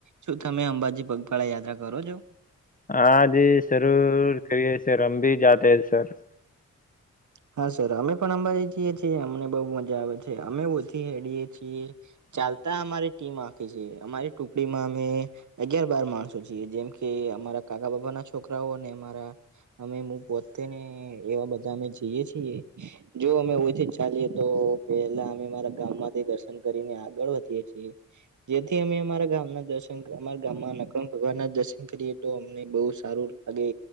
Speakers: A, on the right (about 65°); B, on the left (about 25°).
A: શું તમે અંબાજી પગપાળા યાત્રા કરો છો?
B: હા જે જરૂર કરીએ છે <unintelligible>
A: હા સર અમે પણ અંબાજી જીએ છીએ અમને બહુ મજા આવે છે અમે તેડીએ છીએ ચાલતા અમારી ટીમ આખે છે અમારી ટુકડીમાં અમે અગિયાર બાર માણસો છીએ જેમ કે અમારા કાકા બાપા ના છોકરાઓ ને અમારા અમે હું પોતે ને એવા બધા અમે જઈએ છીએ જો અમે ઓછુ ચાલીએ તો પેલા અમે મારા ગામ માંથી દર્શન કરીને આગળ વધીએે છીએ. જેથી અમે અમારા ગામના દસ અમારા ગામમાં નખ ભગવાન ના દર્શન કરીએ તો અમને બહુ સારું લાગે